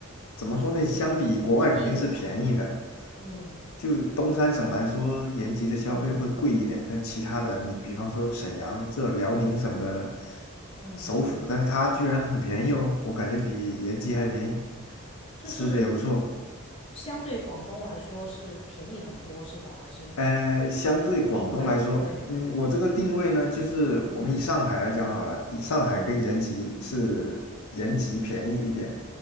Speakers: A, on the left; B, on the left.
A: 怎么说呢？相比国外肯定是便宜的。
B: 偏便宜一点嘛。嗯
A: 就东三省来说，延吉的消费会贵一点，
B: 嗯
A: 但其他的，你比方说沈阳，这辽宁省的
B: 嗯，
A: 首府，但是它居然很便宜哦，我感觉比延吉还便宜，
B: 就是嗯
A: 吃的也不错。
B: 相对广东来说是便宜很多是吧？还是
A: 呃，相对广东来说，
B: 怎么定位？对，
A: 嗯，我这个定位呢，就是我们以上海来讲好了，
B: 嗯
A: 以上海跟延吉是延吉便宜一点，
B: 嗯